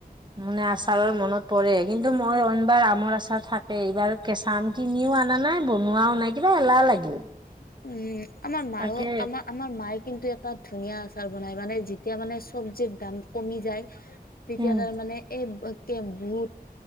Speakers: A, on the right; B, on the left.
A: মানে আচাৰৰ মনত পৰে কিন্তু মই ওইনবাৰ আমৰ আচাৰ থাকে এইবাৰ কেঁচা আম কিনিও অনা নাই বনোৱাও নাই কিবা এলাহ লাগিল।
B: উম। আমাৰ মাও
A: তাকে
B: আমাৰ আমাৰ মাইক কিন্তু এ তাত ধুনীয়া আচাৰ বনাই মানে যেতি যেতিয়া মানে চবজিৰ দাম কমি যায়। তেতিয়া
A: উম
B: তাৰমানে এই বুত